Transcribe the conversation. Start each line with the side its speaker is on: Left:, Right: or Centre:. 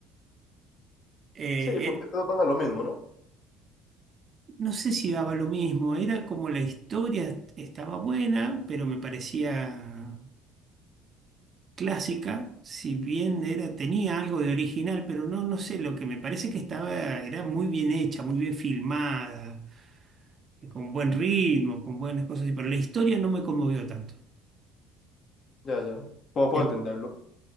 Right: Eh,
Left: Sí, porque
Right: er-
Left: todos van a lo mismo, ¿no?
Right: no sé si daba lo mismo, era como la historia estaba buena, pero me parecía clásica, si bien era, tenía algo de original, pero no, no sé, lo que me parece que estaba, era muy bien hecha, muy bien filmada, eh, con buen ritmo, con buenas cosas, y- pero la historia no me conmovió tanto.
Left: Ya, ya. Puedo, puedo
Right: El,
Left: entenderlo.